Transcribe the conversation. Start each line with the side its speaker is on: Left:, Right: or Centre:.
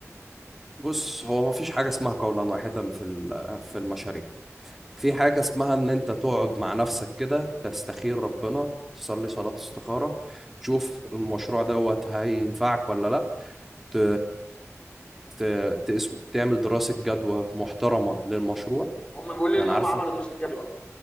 Centre: بص هو مفيش حاجة اسمها قولا واحدا في ال- في المشاريع في حاجة اسمها إن أنت تقعد مع نفسك كده تستخير ربنا تصلي صلاة استخارة تشوف المشروع
Left: مم.
Centre: دوت هينفعك ولا لأ ت... ت... تقسمه تعمل دراسة جدوى محترمة للمشروع
Left: هم بيقولوا لي
Centre: أنا
Left: ان هم
Centre: عارفك
Left: عملوا دراسه جدوى